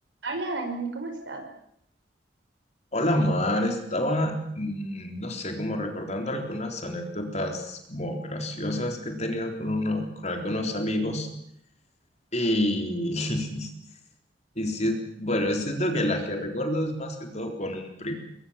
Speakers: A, on the right (about 80°); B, on the left (about 40°).
A: Hola Dani, ¿cómo estás?
B: Hola Mar, estaba, mm, no sé, como recordando algunas anécdotas como graciosas que he tenido con, uno, con algunos amigos y, <laughs> y sí, bueno, es cierto que la que recuerdo es más que todo con un primo.